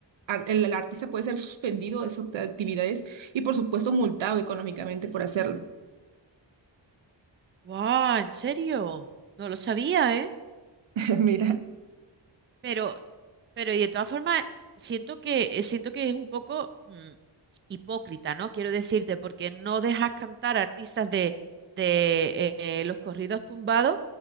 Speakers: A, on the right (about 80°); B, on the right (about 25°).
A: ar- El, el artista puede ser suspendido de sus actividades y, por supuesto, multado económicamente por hacerlo.
B: ¡Guau! ¿En serio? No lo sabía, ¿eh?
A: <laughs> Mira,
B: Pero, pero y de todas formas, siento que, eh, siento que es un poco mm, hipócrita, ¿no? Quiero decirte, porque no dejas cantar a artistas de, de eh, eh, los corridos tumbados,